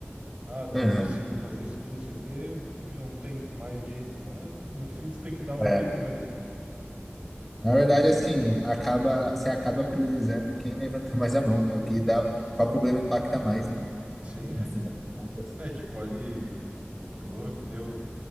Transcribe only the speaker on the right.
Ah, não
consigo fazer isso aqui, não sei o quê, porque não tem mais gente. Mas no fim tu tem que dar um
jeito mesmo.
Sim, é.
É, tipo, ali o problema que deu